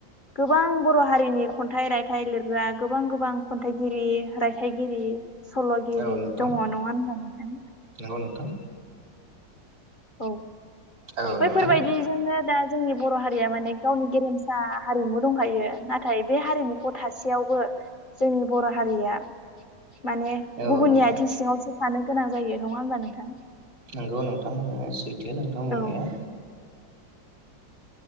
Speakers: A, on the left (about 35°); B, on the right (about 85°).
A: गोबां बर' हारिनि खन्थाइ राय थाइ लिरग्रा गोबां गोबां खन्थाइगिरि रायथाइगिरि सल'गिरि
B: नोंथां औ नोंथां
A: दंङो नंङा होनबा नोंथां
B: नंगौ नोंथां
A: औ
B: औ
A: बैफोरबायदि
B: नोंथां
A: जोंङो दा जोंनि बर' हारिया माने गावनि गेरेमसा हारिमु दंखायो नाथाय बे हारिमुखौ थासेयावबो जोंनि बर' हारिया माने
B: औ
A: गुबुननि
B: नोंथां
A: आथिं सिङांवसो थानो गोनां जायो नंङा होनबा नोंथां
B: नोंगौ नोंथां सैथो नोंथां बुंनाया
A: औ